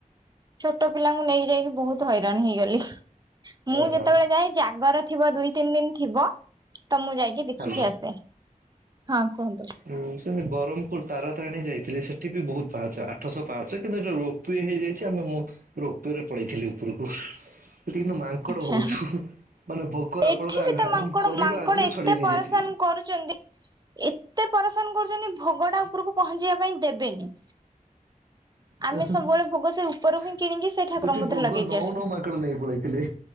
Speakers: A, on the right; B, on the right.
A: ଛୋଟ ପିଲାଙ୍କୁ ନେଇକି ଯାଇକି ତ ହଇରାଣ ହେଇଗଲି ମୁଁ
B: ଓହୋ
A: ଯେତେବେଳେ ଯାଏ ଜାଗର ଥିବ ଦୁଇ ତିନି ଦିନ ଥିବ। ତ ମୁଁ ଯାଇକି ଦେଖିକି
B: ହାଲୋ।
A: ଆସେ ହଁ କୁହନ୍ତୁ।
B: ହୁଁ ସେମିତି ବ୍ରହ୍ମପୁର ତାରାତାରଣୀ ଯାଇଥିଲି ସେଠି ବି ବହୁତ ପାହାଚ ଆଠଶହ ପାହାଚେ କିନ୍ତୁ ଏଠି ରୋପ ୱେ ହେଇଯାଇଛି ଆମେ ମୁଁ ରୋପ ୱେ ରେ ପଳେଇଥିଲି ଉପରୁକୁ। ସେଠି କିନ୍ତୁ ମାଙ୍କଡ଼
A: ଆଛା
B: ବହୁତ୍ ହୁଁ ହୁଁ ମାନେ ଭୋଗ
A: ଏଠି
B: ଆପଣଙ୍କ
A: ବି
B: ଆଘା
A: ତ ମାଙ୍କଡ
B: ହୁଁ କରିବା
A: ମାଙ୍କଡ
B: ଆଗରୁ
A: ଏତେ
B: ଛଡେଇ ନେଇଯାଇଥିବେ।
A: ପରେଶାନ କରୁଛନ୍ତି ଏତେ ପରସ ପରେସାନ କରୁଛନ୍ତି ଭୋଗଟା ଉପରକୁ ପହଞ୍ଚିବା ପାଇଁ ଦେବେନି।
B: ଅ
A: ଆମେ
B: ହ
A: ସବୁବେଳେ
B: ହ
A: ଭୋଗ ସେ ଉପରୁ ହିଁ କିଣିକି ସେ ଠାକୁରଙ୍କ
B: ସେଠି
A: କତିରେ
B: ଭୋଗ
A: ଲଗେଇକି
B: ନଉ
A: ଆସୁ।
B: ନଉ ମାଙ୍କଡ ନେଇ ପଳେଇଥିଲେ।